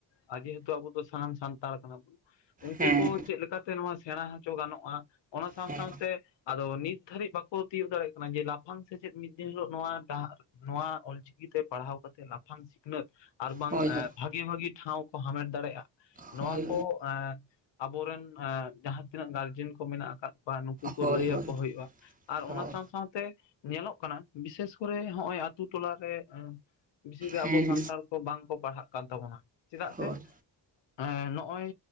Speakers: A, on the left; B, on the right.
A: ᱟ ᱡᱮᱦᱮᱛᱩ ᱟᱵᱚ ᱫᱚ ᱥᱟᱱᱟᱢ ᱥᱟᱱᱛᱟᱲ ᱠᱟᱱᱟ ᱵᱚ ᱩᱱᱠᱩ
B: ᱦᱮᱸ
A: ᱠᱚ ᱪᱮᱫ ᱞᱮᱠᱟᱛᱮ ᱱᱚᱣᱟ ᱥᱮᱬᱟ ᱦᱚᱪᱚ ᱜᱟᱱᱚᱜᱼᱟ ᱚᱱᱟ ᱥᱟᱶ
B: ᱦᱮᱸ
A: ᱥᱟᱶᱛᱮ ᱟᱫᱚ ᱱᱤᱛ ᱫᱷᱟᱹᱨᱤᱡ ᱵᱟᱠᱚ ᱛᱤᱭᱳᱜ ᱫᱟᱲᱮᱭᱟᱜ ᱠᱟᱱᱟ ᱡᱮ ᱞᱟᱯᱷᱟᱝ ᱥᱮᱪᱮᱫ ᱢᱤᱫ ᱫᱤᱱ ᱦᱤᱞᱳᱜ ᱱᱚᱣᱟ ᱰᱟᱦᱟᱨ ᱱᱚᱣᱟ ᱚᱞᱪᱤᱠᱤᱛᱮ ᱯᱟᱲᱦᱟᱣ ᱠᱟᱛᱮᱮᱫ ᱞᱟᱯᱷᱟᱝ ᱥᱤᱠᱷᱱᱟᱹᱛ ᱟᱨ ᱵᱟᱝ
B: ᱦᱳᱭ ᱦᱳᱭ
A: ᱵᱷᱟᱜᱮ ᱵᱷᱟᱜᱤ ᱴᱷᱟᱶ ᱠᱚ ᱦᱟᱢᱮᱴ ᱫᱟᱲᱮᱭᱟᱜᱼᱟ
B: ᱦᱳᱭ
A: ᱱᱚᱣᱟ ᱠᱚ ᱮᱸᱼ ᱟᱵᱚᱨᱮᱱ ᱟ ᱡᱟᱦᱟᱸ ᱛᱤᱱᱟᱹᱜ ᱜᱟᱨᱡᱮᱱ ᱠᱚ ᱢᱮᱱᱟᱜ ᱟᱠᱟᱫ ᱠᱚᱣᱟ ᱱᱩᱠᱩ ᱠᱚ
B: ᱦᱳᱭ
A: ᱞᱟᱹᱭ
B: ᱦᱳᱭ
A: ᱟᱠᱚ ᱦᱩᱭᱩᱜᱼᱟ ᱟᱨ ᱚᱱᱟ
B: ᱦᱳᱭ
A: ᱥᱟᱶ ᱥᱟᱶᱛᱮ ᱧᱮᱞᱚᱜ ᱠᱟᱱᱟ ᱵᱤᱥᱮᱥ ᱠᱚᱨᱮ ᱱᱚᱜᱼᱚᱭ ᱟᱛᱳ ᱴᱚᱞᱟᱨᱮ ᱵᱮᱥᱤ ᱟᱵᱚ
B: ᱦᱮᱸ
A: ᱥᱟᱱᱛᱟᱲ ᱠᱚ ᱵᱟᱝ ᱠᱚ ᱯᱟᱲᱦᱟᱜ ᱠᱟᱱ ᱛᱟᱵᱚᱱᱟ ᱪᱮᱫᱟᱜ
B: ᱦᱳᱭ
A: ᱥᱮ ᱮᱸᱮᱸᱼ ᱱᱚᱜᱼᱚᱭ